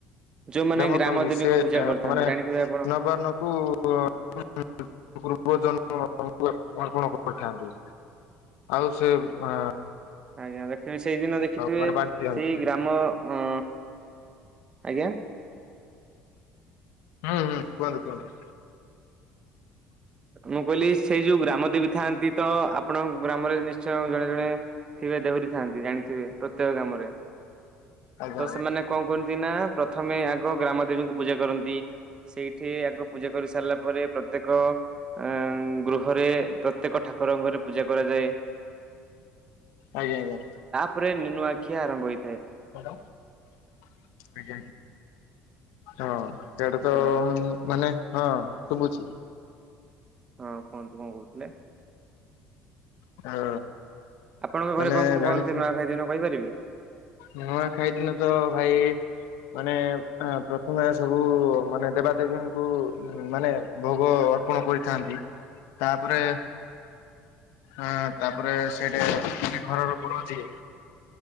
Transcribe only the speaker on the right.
ଯୋଉମାନେ
ଗ୍ରାମ ଦେବୀଙ୍କୁ
ପୂଜା କରିଥାନ୍ତି
ଜାଣିଥିବେ ଆପଣ
ଆଜ୍ଞା ଦେକ୍ଷଣ ସେଇଦିନ ଦେଖିଥିବେ
ସେଇ
ଗ୍ରାମ ଅ ଆଜ୍ଞା।
ମୁଁ କହିଲି ସେଇ ଯୋଉ ଗ୍ରାମ ଦେବୀ ଥାଆନ୍ତି ତ ଆପଣଙ୍କ ଗ୍ରାମରେ ନିଶ୍ଚୟ ଜଣେ ଜଣେ ଥିବେ ଦେଉରି ଥାନ୍ତି ଜାଣିଥିବେ ପ୍ରତ୍ୟେକ ଗାମରେ।
ତ ସେମାନେ କଣ କରୁନ୍ତି ନା ପ୍ରଥମେ ଆଗ ଗ୍ରାମ ଦେବୀଙ୍କୁ ପୂଜା କରନ୍ତି ସେଇଠି ଆଗ ପୂଜା କରି ସାରିଲା ପରେ ପ୍ରତ୍ୟେକ ଆ ଗୃହରେ ପ୍ରତ୍ୟେକ ଠାକୁରଙ୍କରେ ପୂଜା କରାଯାଏ।
ଉପରେ ନୁନାଖିଆ ଆରମ୍ଭ ହୋଇ
ହ୍ୟାଲୋ
ହଁ କୁହନ୍ତୁ କଣ କହୁଥିଲେ?
ଆପଣଙ୍କ ଘରେ
କଣ କଣ
କରନ୍ତି ନୂଆଖାଇ ଦିନ କହିପାରିବେ?